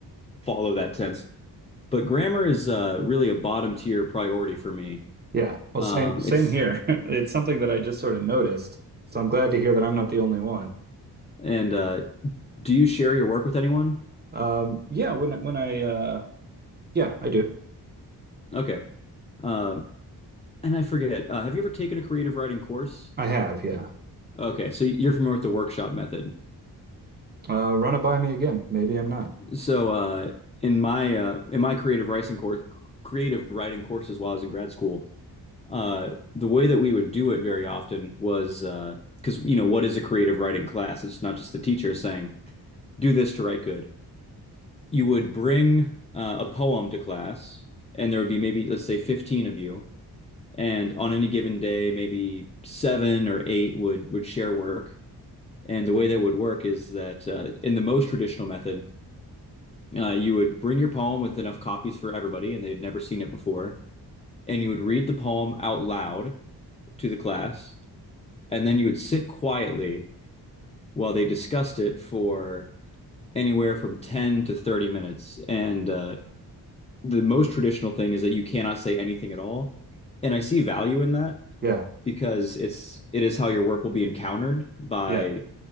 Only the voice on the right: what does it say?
Yeah. Well,
same same
here. <laughs> It's something that I just sort of noticed, so I'm glad to hear that I'm not the only one.
Um, yeah, when when I uh yeah, I do.
I have, yeah.
Uh, run it by me again. Maybe I'm not.
Yeah,
yeah,